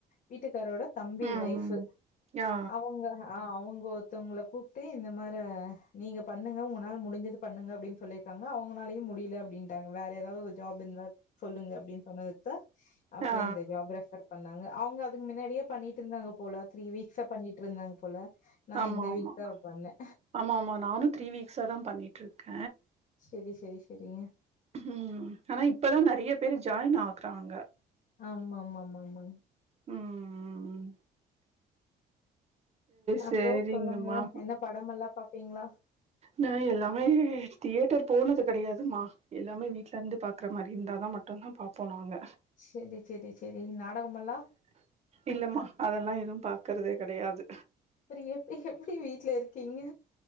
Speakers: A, on the left; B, on the right.
A: வீட்டுக்காரோட தம்பி
B: ம் ம்
A: வைஃப்
B: ஆ
A: அவங்க அ அவுங்க ஒருத்தவங்கள கூப்ட்டு இந்த மார நீங்க பண்ணுங்க உங்க நாள முடிஞ்சது பண்ணுங்க அப்டின்னு சொல்லிருக்காங்க அவங்களாலயும் முடில அப்டின்டாங்க வேற ஏதாவது ஜாப் இருந்தா சொல்லுங்க அப்டின்னு சொன்னதுக்கு தான் அப்பறம்
B: ஆ ஆ
A: இந்த ஜாப் ரெப்ஃபர் பண்ணாங்க அவுங்க அதுக்கு மின்னாடியே பண்ணிட்டு இருந்தாங்க போல த்ரீ வீக்ஸ்ஸா பண்ணிட்ருந்தாங்க போல நா
B: ஆமா
A: இந்த
B: ஆமா
A: வீக் தா பண்ணே.
B: ஆமா ஆமா நானும் த்ரீ வீக்ஸா தான் பண்ணிட்டு இருக்க
A: செரி செரி செரி
B: ம் ஆனா இப்பதான் நிறைய பேரு ஜாயின் ஆகுறாங்க
A: ஆமா ஆமாம்மமாம்மா
B: ம்ம்ம் சேரிங்கம்மா
A: அப்றோ சொல்லுங்க என்ன படம்லாம் பாப்பீங்களா
B: நான் எல்லாமே தியேட்டர் போனது கிடையாதுமா எல்லாமே வீட்ல இருந்து பாக்குற மாரி இருந்தாதா மட்டுந்தா பாப்போ நாங்க.
A: செரி, செரி, செரி நாடகமல்லா.
B: இல்லம்மா, அதெல்லா எதும் பாக்குறதே கடையாது.
A: செரிங்க எப் எப்படி வீட்ல இருக்கீங்க